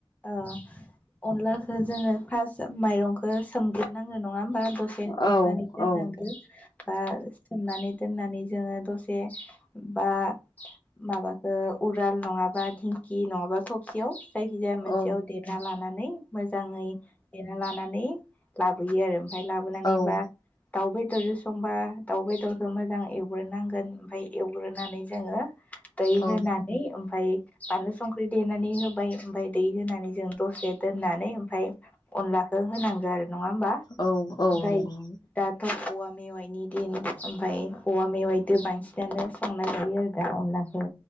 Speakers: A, on the left (about 15°); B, on the left (about 50°).
A: औ अनलाखौ जोङो फास्द माइरंखौ सोमग्रो नांगौ नङा होमबा दसे सोमनानै
B: औ
A: दोननांगौ
B: औ
A: बा सोमनानै दोननानै जोङो दसे बे बा माबाखौ उराल नङाबा दिंखि नङाबा थबसियाव जायखिजाया मोनसेयाव
B: औ
A: देना लाना लानानै मोजाङै देना लानानै नै लाबोयो आरो फाय लाबोनानै
B: औ
A: बा दाउ बेदर संबा दाउ बेदरखौ मोजां एवग्रोनांगोन ओमफ्राय एवग्रोनानै जोङो दै
B: औ
A: होनानै ओमफ्राय बानलु संख्रि देनानै होबाय ओमफ्राय दै होनानै जों दसे दोननानै ओमफ्राय अनलाखौ होनांगौ आरो। नङा होमबा
B: औ
A: ओमफ्राय
B: औ नंगौ
A: दाथ' औवा मेवाइनि दिन ओमफ्राय औवा मेवाइजों बांसिनानो संना जायो आरो दा अनलाखौ।